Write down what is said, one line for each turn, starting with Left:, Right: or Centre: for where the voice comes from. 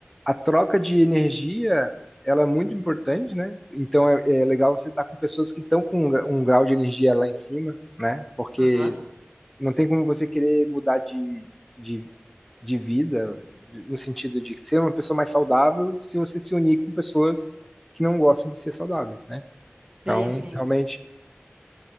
Centre: a troca de energia ela é muito importante, né? Então é, é legal você estar com pessoas que estão com um, gra- um grau de energia lá em cima, né? Porque
Right: Aham.
Centre: não tem como você querer mudar de, de, de vida, de- no sentido de ser uma pessoa mais saudável, se você se unir com pessoas que não gostam de ser saudáveis, né? Então,
Right: Sim, sim.
Centre: realmente.